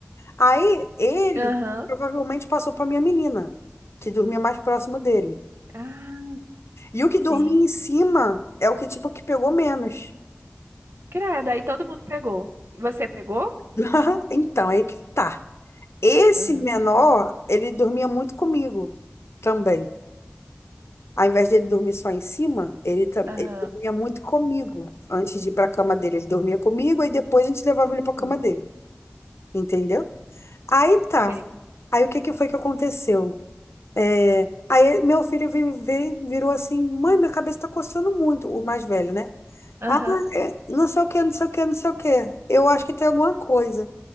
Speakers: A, on the left; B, on the right.
A: Aí ele
B: Aham.
A: provavelmente passou para minha menina, que dormia mais próximo dele.
B: Ah,
A: E o que
B: sim.
A: dormia em cima é o que tipo que pegou menos.
B: Credo, aí todo mundo pegou. Você pegou?
A: <laughs> Então, aí que tá. Esse
B: Hum.
A: menor, ele dormia muito comigo também. Ao invés dele dormir só em cima, ele, tam-
B: Aham.
A: ele dormia muito comigo antes de ir para a cama dele. Ele dormia comigo e depois a gente levava ele para a cama
B: Sim.
A: dele. Entendeu? Aí tá.
B: Sei.
A: Aí o que que foi que aconteceu? É, aí meu filho vi- vi- virou assim, mãe, minha cabeça tá coçando muito, o mais velho, né?
B: Aham.
A: Ah, é, não sei o que, não sei o que, não sei o que. Eu acho que tem alguma coisa.